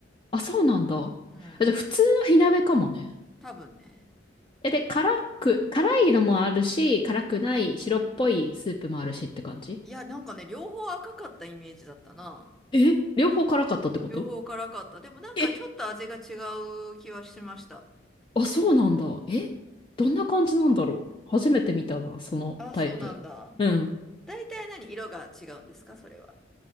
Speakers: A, on the left; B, in the centre.
A: あ、そうなんだ。あじゃあ普通の火鍋かもね。
B: うん。多分ね。
A: え、で、辛く、辛いのもあるし、辛くない白っぽいスープもあるしって感じ
B: いや、なんかね、両方赤かったイメージだったな。
A: え、両方辛かったってこと
B: 両方辛かった。でもなんかちょっと味が違
A: え、
B: う気はしました。
A: あ、そうなんだ。え、どんな感じなんだろう初めて見たな、そのタイプ。
B: あ、そうなんだ。
A: うん。
B: 大体何色が違うんですか、それは。